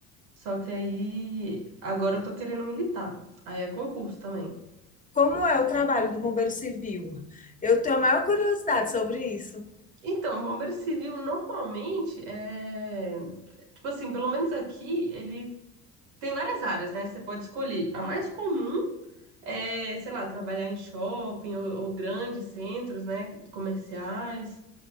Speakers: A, on the right; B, on the left.
A: Só que aí agora eu tô querendo militar. Aí é concurso também.
B: Como é o trabalho do bombeiro civil? Eu tenho a maior curiosidade sobre isso.
A: Então, bombeiro civil normalmente é, tipo assim, pelo menos aqui ele tem várias áreas, né? Você pode escolher. A mais comum é, sei lá, trabalhar em shopping ou, ou grandes centros, né, comerciais,